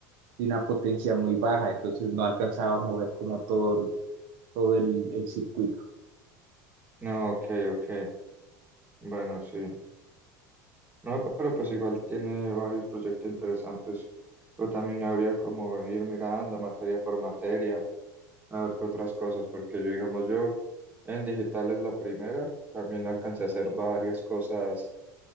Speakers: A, on the right; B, on the right.
A: de una potencia muy baja, entonces no alcanzaba a mover como todo, todo el, el circuito.
B: no, ok, ok. Bueno, sí. No, pero pues igual tiene varios proyectos interesantes. Pero también habría como ir mirando materia por materia, a ver qué otras cosas, porque yo, digamos, yo en digital es la primera, también alcancé a hacer varias cosas,